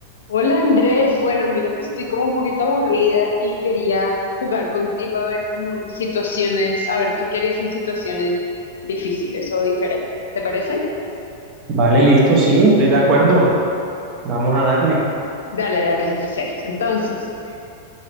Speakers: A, on the left (about 80°); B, on the right (about 40°).
A: Hola Andrés, bueno, mira que estoy como un poquito aburrida y quería jugar contigo a ver como un- situaciones, a ver tú qué harías en situaciones difíciles o diferentes, ¿te parece?
B: Vale, listo, sí, estoy de acuerdo. Vamos
A: Dale,
B: a darle.
A: dale, dale, empecemos. Entonces,